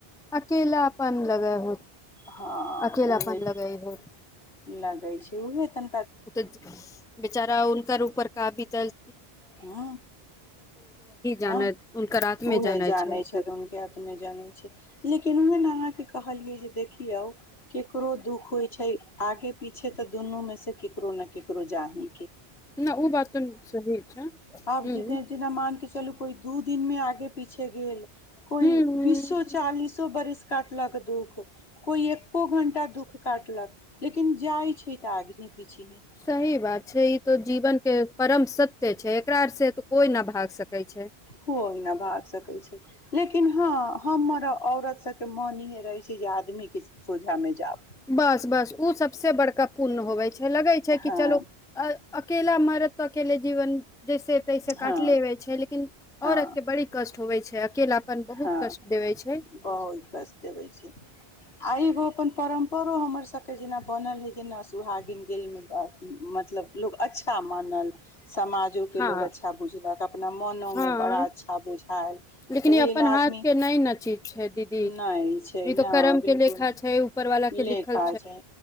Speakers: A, in the centre; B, on the left.
A: अकेलापन लगे होत
B: हँ
A: अकेलापन
B: उहे
A: लगाई होत
B: लगै छै उहे तन
A: तऽ बेचारा उनक उपर का बितल
B: ह ह
A: जानै हुनकर आत्मे
B: उहे
A: जानै
B: जानइ
A: छै
B: छथि हुनकर आत्मे जानइ छै लेकिन ओह अहाँके कहलियै जे देखियौ केकरो दुख होइ छै आगे पीछे तऽ दुनू में से केकरो ने केकरो जाहि
A: न ओ बात त सही छै हूँ
B: आब जै दइ जना मान के चलू कोइ दू दिनमे आगे पीछे गेल। कोइ
A: हूँ
B: बीसो चालीसो बरसके काटलक दुःख कोई एको घंटा दुःख काटलक लेकिन जाय छै तऽ आगही पीछही
A: सही बात छै ई तो जीवन के परम सत्य छै से तऽ कोइ नहि भाग सकै छै।
B: कोइ न भाग सकै छै लेकिन हँ हमर औरत सबके मन रहे छै जा आदमी के सोझा मे जैब
A: बस बस ओ सबसे बड़का पुण्य होवे छै। लगै छै
B: हँ
A: कि चलू अ अकेेला मरद त अकेले जीवन जैसे तैसे काटलेबे
B: हँ
A: छै लेकिन
B: हँ
A: औरत के बड़ी कष्ट होवे छै अकेलापन बहुत
B: हँ
A: कष्ट देवे छै
B: बहुत कष्ट देबै छै आइगो अपन परम्परो हमर सबके जेना बनल हइ जेना सुहागिन गेलमे मतलब लोक अच्छा मानल समाजोके
A: हँ
B: लोक अच्छा बुझलक अपना मोनोमे
A: हँ
B: बड़ा अच्छा बुझायल
A: लेकिन
B: तऽ
A: ई
B: एहिला
A: अपन
B: आदमी
A: हाथ के नहि न चीज छै दीदी
B: नहि छै
A: ई तो
B: नहि
A: कर्म
B: बिलकुल
A: के लेखा छै ऊपर वाला के लिखल
B: लेखा छै